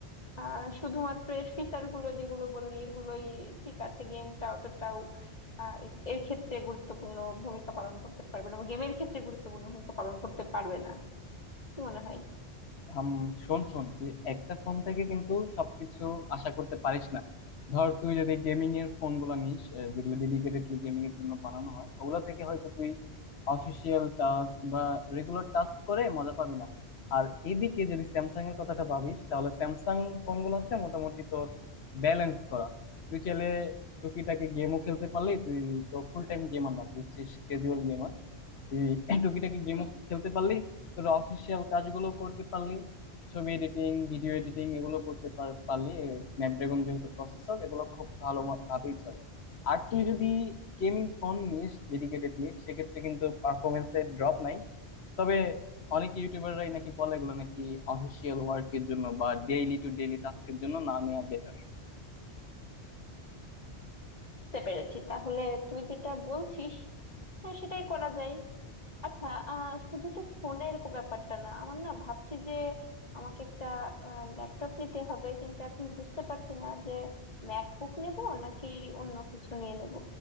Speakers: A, on the left; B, on the left.
A: আহ শুধুমাত্র এর ফিচার গুলো যেগুলো বললি এগুলোই ঠিক আছে গেমটা অতটাও আহ, এ- এর ক্ষেত্রে গুরুত্বপূর্ণ ভূমিকা পালন করতে পারবে না গেমের ক্ষেত্রে গুরুত্বপূর্ণ ভূমিকা পালন করতে পারবে না কি মনে হয়
B: আম, শোন শোন তুই একটা ফোন থেকে কিন্তু সবকিছু আশা করতে পারিস না ধর তুই যদি গেমিং এর ফোন গুলা নিস আহ, যেগুলো ডেডিকেটেডলি গেমিং এর জন্য বানানো হয় ওগুলা থেকে হয়তো তুই অফিসিয়াল টাস্ক বা রেগুলার টাস্ক করে মজা পাবি না আর এইদিকে যদি স্যামসাং এর কথাটা ভাবিস তাহলে স্যামসাং ফোন গুলো হচ্ছে মোটামুটি তোর ব্যালেন্স করা তুই চাইলে টুকিটাকি গেমও খেলতে পারলি তুই তো ফুল টাইম গেমার না তুই হচ্ছে ক্যাজুয়াল গেমার এই <laughs> টুকিটাকি গেমও
A: হুম
B: খেলতে পারলি তোর অফিসিয়াল কাজগুলো করতে পারলি ছবি এডিটিং ভিডিও এডিটিং এগুলো করতে পার- পারলি স্ন্যাপড্রাগন যেহেতু প্রসেসর এগুলো খুব ভালো ম- ভাবেই চলে আর তুই যদি গেমিং ফোন নিস ডেডিকেটেডলি সেক্ষেত্রে কিন্তু পারফরমেন্সে ড্রপ নাই তবে অনেক ইউটিউবাররাই নাকি বলে এগুলো নাকি অফিসিয়াল ওয়ার্কের জন্য বা ডেইলি টু ডেইলি টাস্কের জন্য না নেওয়া বেটার
A: বুঝতে পেরেছি তাহলে তুই যেটা বলছিস হ্যাঁ সেটাই করা যায় আচ্ছা আহ শুধু তো ফোনের কো- ব্যাপারটা না আমার না ভাবছি যে আমাকে একটা ল্যাপটপ নিতে হবে কিন্তু এখন বুঝতে পারছি না যে ম্যাকবুক নেব নাকি অন্য কিছু নিয়ে নেব